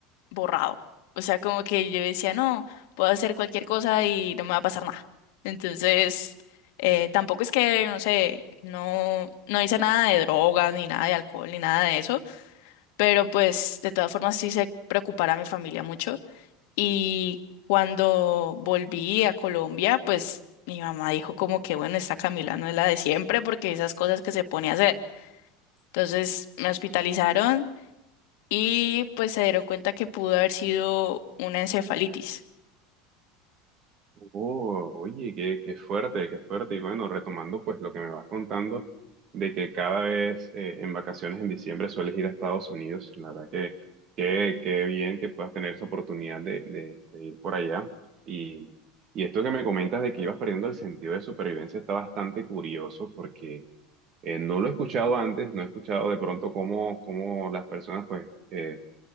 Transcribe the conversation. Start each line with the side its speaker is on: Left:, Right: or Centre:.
Left: borrado. O sea, como que yo decía, no, puedo hacer cualquier cosa y no me va a pasar nada. Entonces, eh, tampoco es que, no sé, no, no hice nada de drogas, ni nada de alcohol, ni nada de eso, pero pues de todas formas sí se preocupara a mi familia mucho. Y cuando volví a Colombia, pues mi mamá dijo como que, bueno, esta Camila no es la de siempre porque esas cosas que se pone a hacer. Entonces me hospitalizaron y pues se dieron cuenta que pudo haber sido una encefalitis.
Right: Oh, oye, qué, qué fuerte, qué fuerte. Y bueno, retomando pues lo que me vas contando de que cada vez eh, en vacaciones en diciembre sueles ir a Estados Unidos, la verdad que qué, qué bien que puedas tener esa oportunidad de, de- de ir por allá. Y, y esto que me comentas de que ibas perdiendo el sentido de supervivencia está bastante curioso porque eh, no lo he escuchado antes, no he escuchado de pronto cómo, cómo las personas pues eh,